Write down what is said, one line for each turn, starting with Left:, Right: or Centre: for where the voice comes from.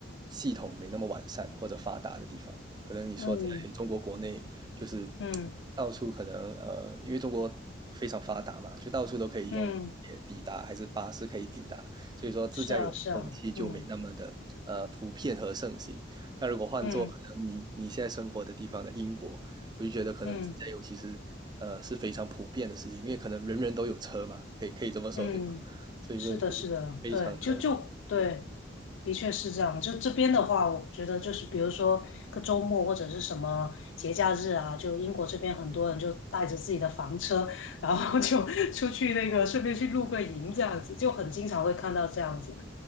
Right: 系统没那么完善或者发达的地方。可能你说在中国国内，
Left: 嗯
Right: 就是
Left: 嗯
Right: 到处可能呃，因为中国非常发达嘛，就到处都可以用地铁抵达，
Left: 嗯，
Right: 还是巴士可以抵达，所以说自驾游的风气就没那么的呃普遍和盛行。
Left: 是啊是啊，嗯
Right: 但如果换做可能你你现在生活的地方的英国，
Left: 嗯。
Right: 我就觉得可能自驾游其实呃是非常普遍的事情，
Left: 嗯
Right: 因为可能人人都有车嘛，可以可以这么说对吧？
Left: 嗯，
Right: 所以说就是非常的普遍
Left: 是的，是的，对，就就对，的确是这样。就这边的话，我觉得就是比如说个周末或者是什么节假日啊，就英国这边很多人就带着自己的房车，然后就 <laughs> 出去那个顺便去露个营这样子，就很经常会看到这样子。